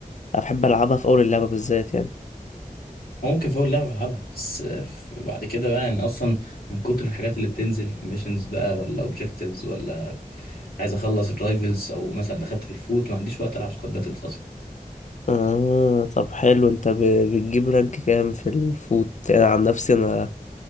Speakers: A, on the left (about 55°); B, on the left (about 80°).
A: أنا بحب ألعبها في أول اللعبة بالذات يعني
B: أو ممكن في أول لعبة بلعبها بس آه، ف- بعد كده بقى يعني أصلا من كتر الحاجات اللي بتنزل ميشنز بقى ولا أوبجكتيفز ولا عايز أخلص الرايفلز أو مثلا دخلت في الفوت ما عنديش وقت ألعب سكواد باتلز أصلا
A: آه طب حلو انت ب- بتجيب رانك كام في الفوت انا عن نفسي انا